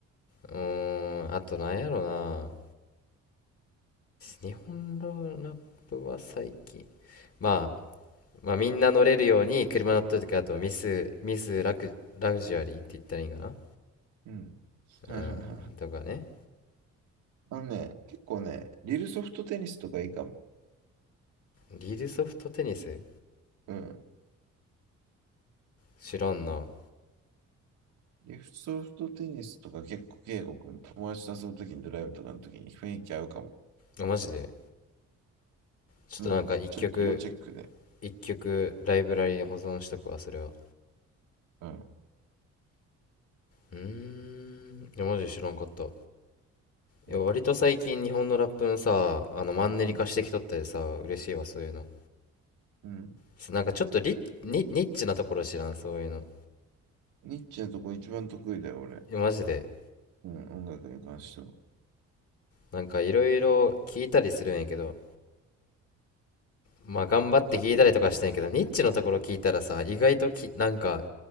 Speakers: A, on the left (about 50°); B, on the right (about 85°).
A: うーんあとなんやろな日本のラップは最近まあまあみんな乗れるように車乗ってる時あとミスミスラクラグジュアリーって言ったらいいんかなう
B: うん。はいはいはい。
A: ーんとかね
B: あのね、結構ね、リルソフトテニスとかいいかも。
A: リールソフトテニス
B: うん。
A: 知らんな
B: リルソフトテニスとか結構、圭吾君、友達と遊ぶときにドライブとかのときに雰囲気合うかも。
A: あマジでちょっとなんか一曲
B: うん。ちょっと要チェックで。
A: 一曲ライブラリに保存しとくわそれは
B: うん。
A: うーんいやマジで知らんかったいや割と最近日本のラップのさあのマンネリ化してきとったでさ嬉しいわそういうの
B: うん。うん。
A: すなんかちょっとリニ、ニッチなところ知らんそういうの
B: ニッチなとこ一番得意だよ、俺。
A: いやマジで
B: うん、音楽に関しては。
A: なんかいろいろ聞いたりするんやけどまあ頑張って聞いたりとかしてんやけどニッチのところ聞いたらさ意外ときなんか
B: カムイとか、